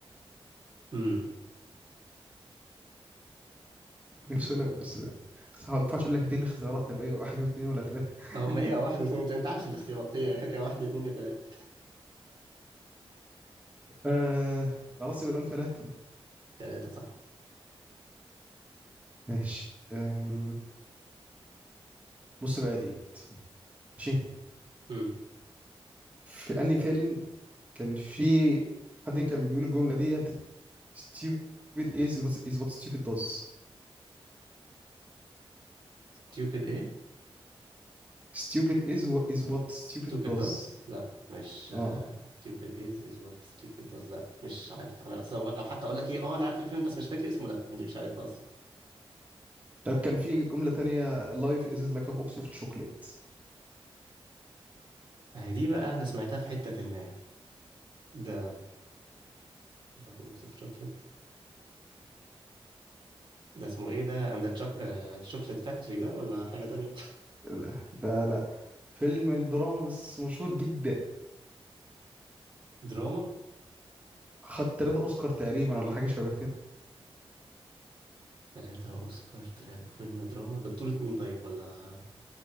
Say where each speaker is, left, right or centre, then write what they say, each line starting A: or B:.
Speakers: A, on the right; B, on the right.
A: امم
B: نفسي أقول لك- بس لا بس ما ينفعش اقول لك اديني اختيارات هيبقى ايه واحد واثنين ولا ثلاثة
A: اهو
B: <laughs>
A: ما هي واحد واثنين وتلاتة. انت عارف الاختيارات هي يا واحد يا اتنين يا تلاتة
B: آه خلاص يبقى نقول ثلاثة
A: تلاتة صح
B: ماشي آم، بص بقى ديت ماشي
A: امم
B: في أنهي فيلم كان في حد كان بيقول الجملة ديت stupid is what- is what stupid does
A: stupid ايه؟
B: stupid is what is what stupid
A: stupid
B: does
A: does؟ لا مش آه،
B: اه
A: stupid is is what stupid does لا مش عارف انا اصلا او حتى اقول لك ايه اه انا عارف الفيلم بس مش فاكر اسمه لا انا مش عارف اصلا
B: طب كان في جملة تانية life is like a box of chocolate
A: اهي دي بقى انا سمعتها في حتة ما ده بوكس اوف شوكليت ده اسمه ايه ده اند الشوكليت فاكتوري ده ولا حاجة تانية
B: لا ده لا فيلم دراما بس مشهور جدا
A: <laughs> دراما
B: خد تلاتة أوسكار تقريبا ولا حاجة شبه كده
A: ثلاثة أوسكار ثلاثة فيلم دراما ده بطولة مين طيب ولا